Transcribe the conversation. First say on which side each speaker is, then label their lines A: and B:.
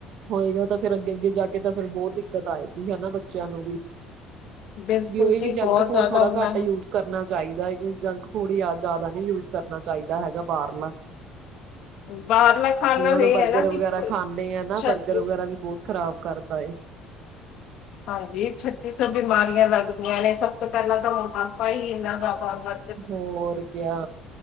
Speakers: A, on the right; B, on the left.
A: ਹੋਏਗਾ ਤਾਂ ਫਿਰ ਅੱਗੇ-ਅੱਗੇ ਜਾਕੇ ਤਾ ਫਿਰ ਬਹੁਤ ਦਿੱਕਤ ਆਏਗੀ ਹਨਾ, ਬੱਚਿਆਂ ਨੂੰ ਵੀ।
B: ਬਿਲਕੁਲ
A: ਵੀ ਓਈ
B: ਜੀ
A: ਵੀ, ਜੰਕ
B: ਬਹੁਤ
A: ਫੂਡ
B: ਜ਼ਿਆਦਾ
A: ਥੋੜਾ
B: ਉਹਨਾਂ
A: ਘੱਟ
B: ਨੂੰ
A: ਯੂਜ ਕਰਨਾ ਚਾਹੀਦਾ ਏ ਕਿ, ਜੰਕ ਫੂਡ ਯਾ ਜ਼ਿਆਦਾ ਨੀ ਯੂਜ ਕਰਨਾ ਚਾਹੀਦਾ ਹੈਗਾ ਬਾਹਰਲਾ।
B: ਬਾਹਰਲਾ ਖਾਣ
A: ਜੇ
B: ਨਾਲ
A: ਹੁਣ
B: ਇਹ
A: ਬਰਗਰ
B: ਹੈ ਨਾ ਕਿ
A: ਵਗੈਰਾ ਖਾਂਨੇ ਆ ਨਾ,
B: ਛੱਤੀ
A: ਬਰਗਰ ਵਗੈਰਾ ਵੀ ਬਹੁਤ ਖਰਾਬ ਕਰਦਾ ਏ।
B: ਹਾਂਜੀ, ਛੱਤੀ ਸੌ ਬਿਮਾਰੀਆਂ ਲੱਗਦੀਆਂ ਨੇ ਸਭ ਤੋਂ ਪਹਿਲਾਂ ਤਾਂ ਮੋਟਾਪਾ ਹੀ ਇਹਨਾਂ ਜਾਦਾ ਆਂਦਾ
A: ਹੋਰ ਕਿਆ,